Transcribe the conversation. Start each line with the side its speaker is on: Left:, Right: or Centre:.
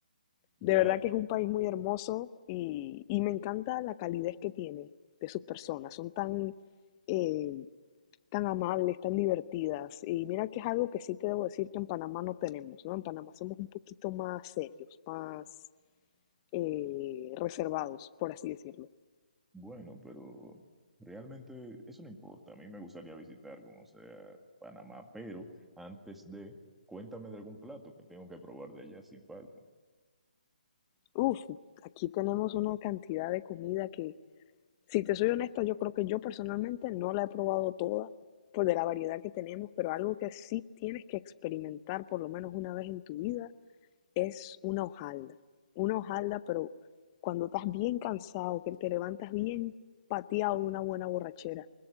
Left: de
Centre: Ya,
Left: verdad que es un país muy hermoso y, y me encanta la calidez que tiene de sus personas. Son tan, eh, tan amables, tan divertidas. Y mira que es algo que sí te debo decir que en Panamá no tenemos, ¿no? En Panamá somos un poquito más serios, más eh, reservados, por así decirlo.
Centre: bueno, pero realmente eso no importa. A mí me gustaría visitar, como sea, Panamá, pero antes de, cuéntame de algún plato que tengo que probar de allá sin falta.
Left: Uf, aquí tenemos una cantidad de comida que Si te soy honesta, yo creo que yo personalmente no la he probado toda por de la variedad que tenemos, pero algo que sí tienes que experimentar por lo menos una vez en tu vida es una hojalda. Una hojalda, pero cuando estás bien cansado, que te levantas bien pateado de una buena borrachera,